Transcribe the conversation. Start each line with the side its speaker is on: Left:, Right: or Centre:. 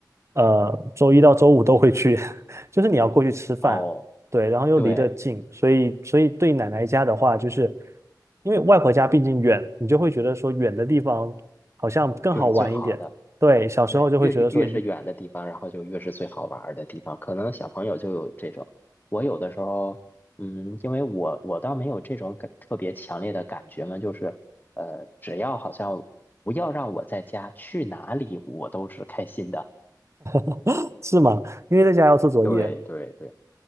Right: 呃，周一到周五都会去，<laughs> 就是你要过去吃饭，
Left: 哦，
Right: 对，然后又离得近，
Left: 对，
Right: 所以所以对奶奶家的话，就是因为外婆家毕竟远，你就会觉得说远的地方好像更好玩一点。
Left: 就是最好的。
Right: 对，小时候就会觉得说远
Left: 对，越越是远的地方，然后就越是最好玩儿的地方。可能小朋友就有这种，我有的时候，嗯，因为我我倒没有这种感特别强烈的感觉嘛，就是，呃，只要好像不要让我在家，去哪里我都是开心的。
Right: <laughs>，是吗？因为在家要做作业，
Left: 对对对，